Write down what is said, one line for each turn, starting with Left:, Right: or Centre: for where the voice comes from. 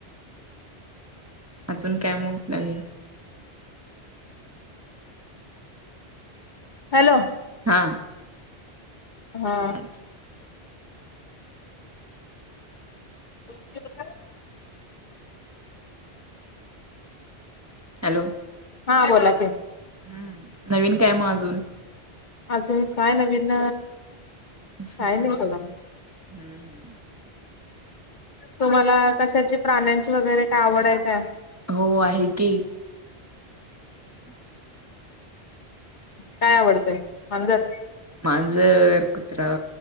Right: अजून काय मग नवीन?
Left: हॅलो.
Right: हा.
Left: हा.
Right: हॅ
Left: <unintelligible>
Right: हॅलो.
Left: हा बोला की.
Right: हम्म. नवीन काय म अजून?
Left: अजून काय नवीन?
Right: हम्.
Left: काय नाही
Right: ह.
Left: बघा.
Right: हम्म हम्म.
Left: तुम्हाला कशाची प्राण्यांची वगैरे काय आवड आहे का?
Right: हो आहे की.
Left: काय आवडतंय मांजर?
Right: मांजर, कुत्रा.